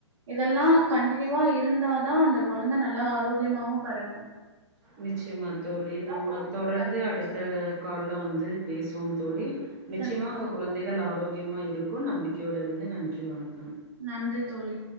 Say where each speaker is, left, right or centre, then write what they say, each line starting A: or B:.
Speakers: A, on the right; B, on the right.
A: இதெல்லா கன்டினியூவா இருந்தா தா அந்த கொழந்த நல்லா ஆரோக்கியமாவு பெறக்கூ
B: நிச்சயமா தோழி நம்ம
A: கொழந்தைங்களுக்கு
B: தொடர்ந்து
A: அந்த
B: அடுத்
A: பிரச்சன
B: கால்ல வந்து பேசுவோ தோழி நிச்சயமா
A: கண்டிப்பா
B: உங்க
A: தோழி
B: கொழந்தைகள் ஆரோக்கியமா இருக்கூ நம்பிக்கை கியோட இருந்து நன்றி வணக்
A: நன்றி தோழி